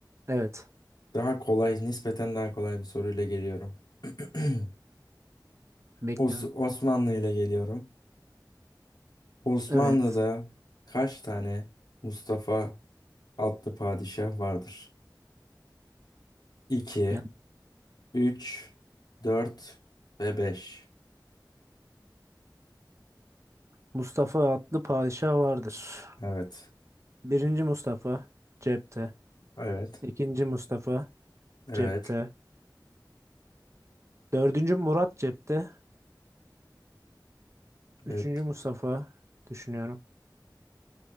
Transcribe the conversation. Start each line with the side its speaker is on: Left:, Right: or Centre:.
Right: Evet.
Left: Daha kolay, nispeten daha kolay bir soruyla geliyorum. <clears throat>
Right: Bekliyorum.
Left: Os- Osmanlı ile geliyorum. Osmanlı'da
Right: Evet.
Left: kaç tane Mustafa adlı padişah vardır? 2,
Right: Ya,
Left: 3, 4 ve 5.
Right: Mustafa adlı padişah vardır.
Left: Evet,
Right: Birinci Mustafa cepte.
Left: evet,
Right: İkinci Mustafa
Left: evet,
Right: cepte. Dördüncü Murat cepte. Üçüncü
Left: evet.
Right: Mustafa düşünüyorum.